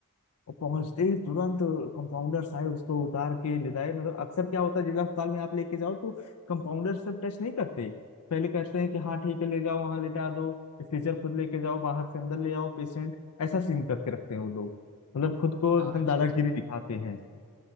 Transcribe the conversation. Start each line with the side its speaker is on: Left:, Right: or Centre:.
Left: और पहुंचते ही तुरंत कंपाउंडर्स आए उसको उतार के ले आए मतलब अक्सर क्या होता है जिला अस्पताल में आप लेके जाओ तो कंपाउंडर सब टच नहीं करते पहले कहते हैं कि हाँ ठीक है ले जाओ वहां लेटा दो स्ट्रेचर खुद लेके जाओ बाहर से अंदर ले आओ पेशेंट ऐसा सीन करके रखते हैं वो लोग मतलब खुद को
Right: हाँ
Left: एकदम
Right: हाँ
Left: दादागिरी
Right: जी जी
Left: दिखाते हैं